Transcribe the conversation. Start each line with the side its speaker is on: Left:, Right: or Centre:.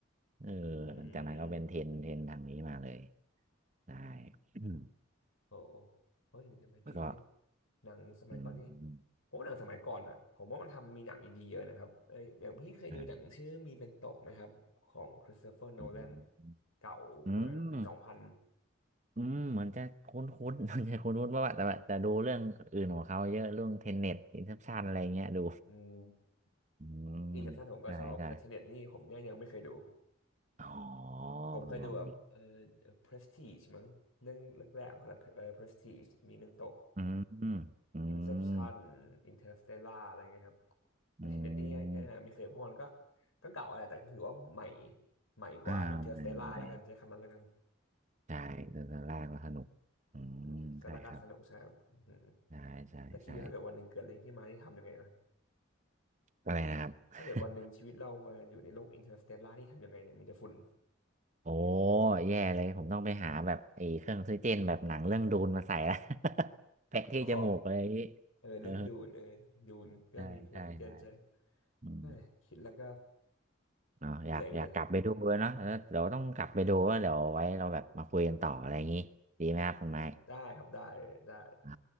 Right: เออหลังจากนั้นก็เป็นเทรนด์เทรนด์ทางนี้มาเลย
Left: อืม
Right: ได้ <clears throat> อืม
Left: โอ้โหเขาถึงจะเป็นทริกซี่
Right: ก็
Left: หนังสมัยก่อนนี่
Right: อืม
Left: ผมว่าหนังสมัยก่อนอ่ะผมว่ามันทำมีหนังอีดีเยอะนะครับเอออย่างพี่เคยดูหนังชื่อมีเมนโตไหมครับของคริสโตเฟอร์โนแลน
Right: อาอืม
Left: เก่ามากปีสองพัน
Right: อืม อืมเหมือนจะคุ้นๆ <laughs> เหมือนจะคุ้นๆว่าแต่ว่าแต่ดูเรื่องอื่นของเขาเยอะเรื่องเทนเน็ตอินเ p อชันอะไรเงี้ย <laughs> ดู
Left: อืม
Right: อืม
Left: อินเซปชั่นผมก็ชอบแต่เทเน็ตนี่ผมเนี่ยยังไม่เคยดู
Right: ใช่ใช่อ๋อลองลองดู
Left: ผมเคยดูแบบเออ Prestige มั้งเรื่องแรกๆของเขาแหละเออ Prestige มีเมนโต
Right: อืมอืมอื
Left: Inception
Right: ม
Left: Interstellar อะไรเงี้ยครับแต่
Right: อื
Left: Tenet นี่ยังไม่เคยเพราะมันก็
Right: ม
Left: ก็เก่าแหละแต่ก็ถือว่าใหม่ใหม่กว่า
Right: อ่าไม่ไม่
Left: Interstellar แล้วกันใช้คำนั้นแล้วกัน
Right: ใช่เดินลากแล้วสนุกอืมใช่ครับ
Left: Interstellar ก็สนุกใช่ครับอือหือ
Right: ใช่ใช่ใช่
Left: แล้วคิดอยู่ถ้าเกิดวันหนึ่งเกิดอะไรขึ้นมาที่ทำยังไงนะ
Right: อะไรนะครับ <laughs>
Left: ถ้าเกิดวันหนึ่งชีวิตเรามาอยู่ในโลก Interstellar ที่ทำยังไงเนี่ยมีแต่ฝุ่น
Right: โอ้แย่เลยผมต้องไปหาแบบไอ้เครื่องออกซิเจนแบบหนังเรื่องดูนมาใส่ละ <laughs> แปะที่จมูกเลย
Left: <laughs> อ๋อเออเรื่องดูนเออดูนก็มีออกซิเจนใช่
Right: เออใช่ใช่ อืม
Left: เฮ้ยคิดแล้วก็
Right: เนาะอยากอยากกลับไปดูเลยเนาะแล้วเดี๋ยวต้องกลับไปดูแล้วเดี๋ยวไว้เราแบบมาคุยกันต่ออะไรอย่างงี้ดีไหมครับคุณไม้
Left: เหนื่อยเลยได้ครับได้ได้
Right: อ่า